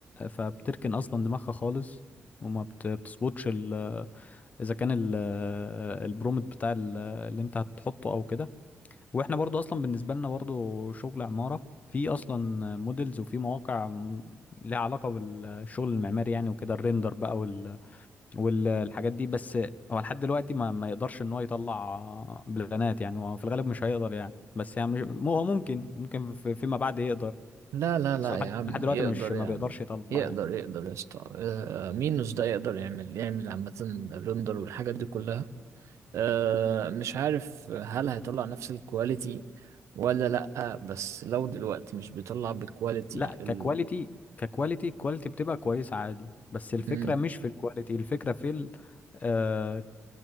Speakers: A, on the left; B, on the right.
A: فبتركن اصلا دماغها خالص وما بت- بتظبطش ال... اذا كان ال... البرومت بتاع ال- اللي انت هتحطه او كده واحنا برضو اصلا بالنسبه لنا برضو شغل عماره في اصلا موديلز وفي مواقع م- لها علاقه بالشغل المعماري يعني وكده الريندر بقى وال... والحاجات دي بس هو لحد دلوقتي ما, ما يقدرش ان هو يطلع بلانات يعني هو في الغالب مش هيقدر يعني بس يعني مش... مو هو ممكن ممكن في... فيما بعد يقدر
B: لا لا لا
A: بس هو
B: يا
A: لحد
B: عم
A: لحد دلوقتي
B: يقدر
A: مش
B: يا
A: ما بيقدرش
B: عم
A: يطلع
B: يقدر
A: يعني
B: يقدر يا اسطى آه، مين مش ده يقدر يعمل يعمل عامة الرندر والحاجات دي كلها آه، مش عارف هل هيطلع نفس الكواليتي ولا لأ بس لو دلوقتي مش بيطلع بالكواليتي
A: لا
B: ال...
A: ككواليتي ككواليتي الكواليتي بتبقى كويسه عادي بس الفكره
B: مم.
A: مش في الكواليتي الفكره في ال... آه،